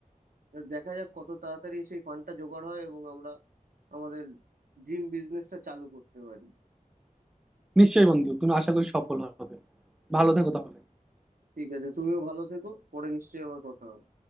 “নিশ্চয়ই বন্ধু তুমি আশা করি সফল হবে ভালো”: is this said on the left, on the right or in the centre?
Centre